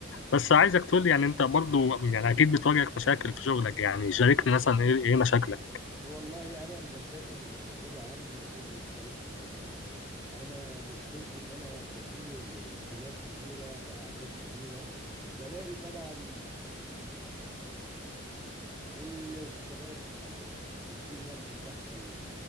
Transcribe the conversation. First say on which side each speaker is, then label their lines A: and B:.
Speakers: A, on the left (about 65°); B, on the right (about 15°).
A: بس عايزك تقول لي يعني انت برضو يعني اكيد بتواجهك مشاكل في شغلك يعني شاركني مثلا ايه ايه مشاكلك
B: والله انا المشاكل اللي موجوده عندي مشاكل مختلفه خالص انا مشكلتي ان انا بدير تيمات كبيره باعداد كبيره بلاقي طبعا الشباب او في التيم نفسه بتحصل